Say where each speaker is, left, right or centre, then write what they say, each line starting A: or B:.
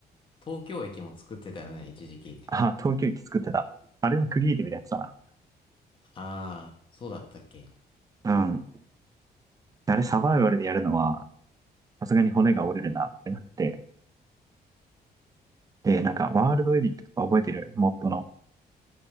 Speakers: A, on the left (about 30°); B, on the right (about 20°).
A: 東京駅も作ってたよね、一時期。
B: あ、東京駅作ってた。あれはクリエイティブなやつだ
A: ああ、そうだったっけ。
B: な。うん。あれサバイバルでやるのは、さすがに骨が折れるなってなって、で、なんか、ワールドエディットとか覚えてるモッドの。